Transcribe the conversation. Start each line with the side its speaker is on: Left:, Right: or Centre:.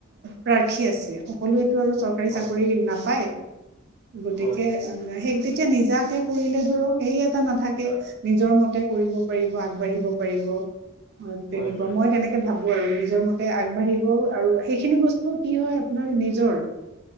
Right: প্ৰাৰ্থী আছে সকলোৱেতো আৰু চৰকাৰী
Left: হয়
Right: চাকৰি নাপায় গতিকে
Left: হয়
Right: অ সেই তেতিয়া নিজাক কৰিলে ধৰক সেই এটা নাথাকে নিজৰ মতে কৰিব পাৰিব আগবাঢ়িব পাৰিব হয়
Left: হয়
Right: তেনেকুৱা
Left: হয়
Right: মই তেনেকে ভাব বো আৰু নিজৰ মতে আগবাঢ়িব আৰু সেইখিনি বস্তু কি হয় আপোনাৰ নিজৰ